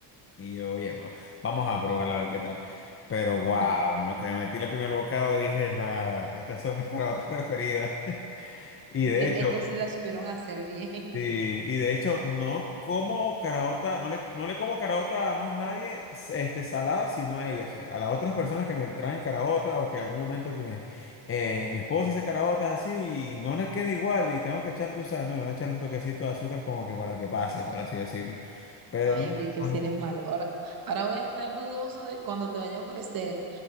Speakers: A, on the left (about 25°); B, on the right (about 45°).
A: Y yo, oye, no, vamos a probarla a ver qué tal. Pero
B: <laughs>
A: wow, en lo que me metí el primer bocado dije, nada, estas son mis carabotas preferidas. <laughs> Y de
B: Que
A: hecho,
B: esta sí la supieron hacer bien. <laughs>
A: Sí, y de hecho no como caraota, no le, no le como caraota a más nadie este, salada, sino a ellas, a las otras personas que me traen caraota o que en algún momento que me, eh, mi esposa hace caraotas así y no les queda igual y tengo que echarle, tú sabes, no, le voy a echarle un toquecito de azúcar como que para que pase, por así decirlo. Pero
B: Ay,
A: no.
B: Enrique, si
A: no.
B: eres malo. Ahora, ahora voy a estar dudoso de cuando te vaya a ofrecer